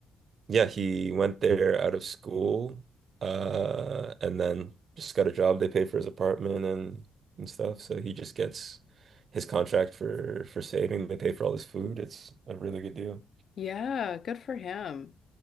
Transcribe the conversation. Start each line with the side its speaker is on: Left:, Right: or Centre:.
Right: yeah, he went there out of school uh and then just got a job. They paid for his apartment and and stuff. So he just gets his contract for for saving. They pay for all his food. It's a really good deal.
Left: Yeah, good for him.